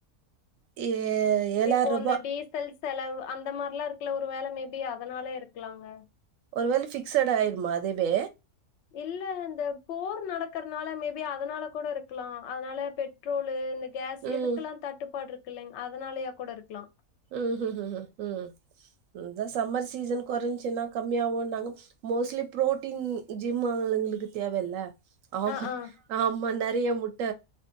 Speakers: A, on the right; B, on the left.
A: ஏ
B: இப்போ
A: ரூ.
B: அந்த டீசல் செலவு அந்த மாரிலா இருக்குல ஒரு வேள மேபி அதனால இருக்கலாங்க
A: ஒருவேள ஃபிக்சட் ஆயிருமா அதவே
B: இல்ல இந்த போர் நடக்கறனால மேபி அதனால கூட இருககலா அதனால பெட்ரோலு இந்த கேஸ்
A: ம்.
B: இதுக்கெல்லா தட்டுப்பாடுருக்கு இல்லைங் அதனாலயா கூட இருக்லா
A: ம் ம் ம் ம் ம் ம் இதா சம்மர் சீசன் கொறஞ்சுன்னா கம்மியாகுன்னாங்க மோஸ்ட்லி பு்ரோட்டீன் ஜிம் ஆளுங்களுக்கு தேவ இல்ல அவுங்க
B: ஆ, ஆ.
A: ஆமா நெறைய முட்ட